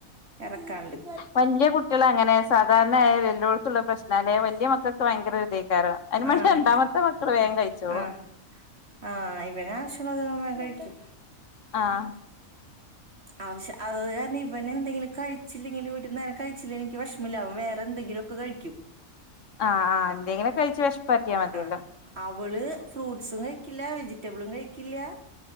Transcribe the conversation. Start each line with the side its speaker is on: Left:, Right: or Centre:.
Right: ഇറക്കാണ്ട്
Left: വല്യ കുട്ടികള് അങ്ങനെ സാധാരണയായ എല്ലോടത്തുള്ള പ്രശ്നല്ലേ വല്യ മക്കൾക്ക് ഭയങ്കര ഇതെ <unintelligible> അതിന് വേണ്ടി
Right: ആഹ്
Left: രണ്ടാമത്തെ മക്കള് വേഗം കഴിച്ചോളൂ
Right: ആഹ് ആഹ് ഇവന് ആവശ്യമുള്ളത് ഇവൻ വേഗം കഴിക്കും
Left: ആഹ്
Right: ആവശ്യം അതത് കാരണം ഇവനെ എന്തെങ്കിലും കഴിച്ചില്ലെങ്കിൽ ഒരു നേരം കഴിച്ച- എനിക്ക് വിഷമില്ല അവൻ വേറെന്തങ്കിലും ഒക്കെ കഴിക്കും.
Left: ആഹ് ആഹ് എന്തെങ്കിലും കഴിച്ച് വിഷപ്പ് മാറ്റിയാ മതിയല്ലോ
Right: ആ അവള് ഫ്രൂട്ട്സും കഴിക്കില്ല വെജിറ്റബിളും കഴിക്കില്ല